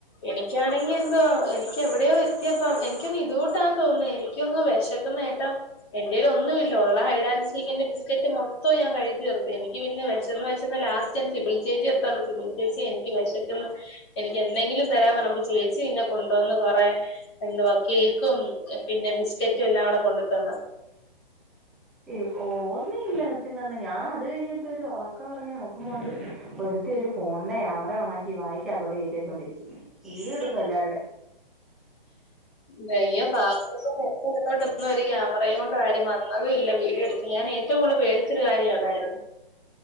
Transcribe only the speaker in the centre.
ഏഹ് ഓർമ്മയില്ല സത്യം പറഞ്ഞ ഞാൻ അത് കഴിഞ്ഞിട്ട് ഒരു ഉറക്കം ഉറങ്ങി നോക്കുമ്പോ ഉണ്ട് നോക്കുമ്പോണ്ട് ഒരു ഒരു ഫോണിന്റെ ക്യാമറ ഓണാക്കി വായിക്കത്തോട്ട് കേറ്റി വെച്ചോണ്ടിരിക്കുന്നു വീഡിയോ എടുക്കുവാ എല്ലാവരുടെ